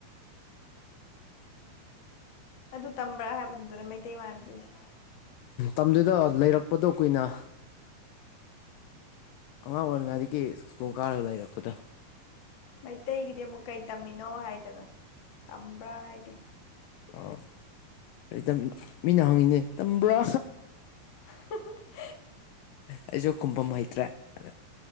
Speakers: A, on the left; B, on the left.
A: ꯑꯗꯨ ꯇꯝꯕ꯭ꯔꯥ ꯍꯥꯏꯕꯗꯨꯗꯅꯦ ꯃꯩꯇꯩ ꯃꯥꯟꯗ꯭ꯔꯤꯁꯦ
B: ꯇꯝꯗꯦꯗ ꯂꯩꯔꯛꯄꯗꯣ ꯀꯨꯏꯅ ꯑꯉꯥꯡ ꯑꯣꯏꯔꯤꯉꯥꯏꯗꯒꯤ ꯁ꯭ꯀꯣꯜ ꯀꯥꯔꯒ ꯂꯩꯔꯛꯄꯗꯣ
A: ꯃꯩꯇꯩꯒꯤꯗꯤ ꯑꯃꯨꯛ ꯀꯩ ꯇꯝꯃꯤꯅꯣ ꯍꯥꯏꯗꯅ ꯇꯝꯕ꯭ꯔꯥ ꯍꯥꯏꯗꯦ
B: ꯑꯥꯎ ꯔꯩꯇꯝꯃꯤ ꯃꯤꯅ ꯍꯪꯉꯤꯅꯦ ꯇꯝꯕ꯭ꯔꯥ
A: <inaudible>
B: ꯑꯩꯁꯨ ꯈꯨꯝꯐꯝ ꯍꯩꯇ꯭ꯔꯦ ꯑꯅ